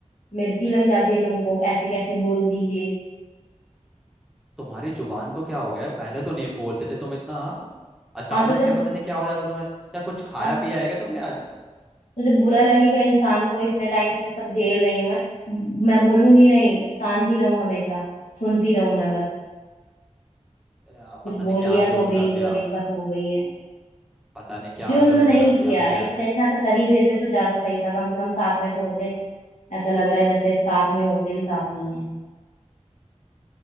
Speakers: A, on the left; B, in the centre.
A: मिर्ची लग जाती है तुमको ऐसे कैसे बोल दी ये
B: तुम्हारी जुबान को क्या हो गया है? पहले तो नहीं बोलते थे तुम इतना हाँ अचानक
A: हाँ तो
B: से
A: जब
B: पता नहीं क्या हो जाता तुम्हें क्या कुछ खाया
A: हाँ
B: पिया है क्या तुमने आज
A: तो जब बुरा लगेगा इंसान को इतने टाइम से सब झेल रही हूं मैं मैं बोलूंगी नहीं शांति रहूं हमेशा सुनती रहूं मैं बस
B: यार,
A: कुछ
B: पता नहीं
A: बोल
B: क्या
A: दिया
B: जुल्म
A: तो भी
B: कर
A: इनको
B: दिया
A: दिक्कत हो गई है
B: पता नहीं क्या
A: जुल्म
B: जुल्म
A: नहीं
B: कर दिया
A: किया
B: मैंने
A: है, इससे
B: ऐसे
A: अच्छा तो कर ही देते तो ज्यादा सही था कम से कम साथ में तो होते ऐसा लग रहा है जैसे साथ में होके भी साथ नहीं है